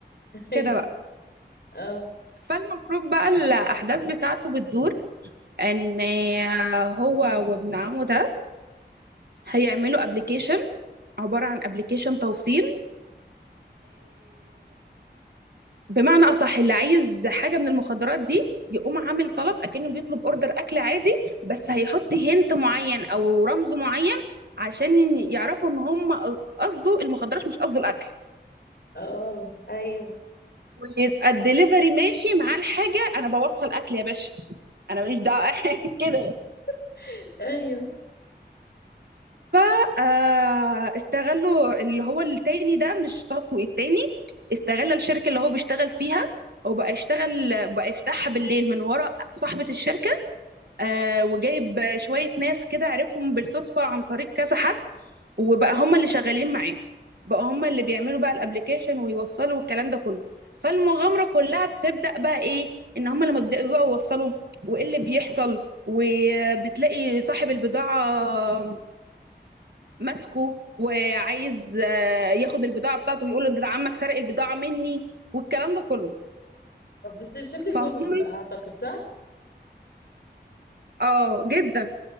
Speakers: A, on the left; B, on the right.
A: <laughs> ايوه
B: كده بقى
A: اه
B: فالمفروض بقى الاحداث بتاعته بتدور ان هو وابن عمه ده هيعملوا ابلكيشن عباره عن ابلكيشن توصيل بمعنى اصح اللي عايز حاجه من المخدرات دي يقوم عامل طلب اكنه بيطلب اوردر اكل عادي بس هيحط هنت معين او رمز معين عشان يعرفوا ان هم قصده المخدرات مش قصده الاكل
A: اه ايوه
B: ويبقى الدليفري ماشي معاه الحاجه انا بوصل اكل يا باشا انا ماليش دعوه <laughs> كده
A: <laughs> ايوه
B: ف آه، استغلوا اللي هو التاني ده مش طه دسوقي التاني استغل الشركه اللي هو بيشتغل فيها وبقى يشتغل بقى يفتحها بالليل من ورا صاحبه الشركه آه، وجايب شوية ناس كده عرفهم بالصدفة عن طريق كذا حد وبقى هم اللي شغالين معاه بقى هم اللي بيعملوا بقى الابليكيشن ويوصلوا والكلام ده كله فالمغامرة كلها بتبدأ بقى ايه ان هم لما بيبدأوا بقى يوصلوا وايه اللي بيحصل وبتلاقي صاحب البضاعة ماسكه وعايز آه، ياخد البضاعة بتاعته ويقول له ده ده عمك سرق البضاعة مني والكلام ده كله
A: طب بس بشكل
B: فهم
A: كوميدي بقى اعتقد صح
B: اه جدا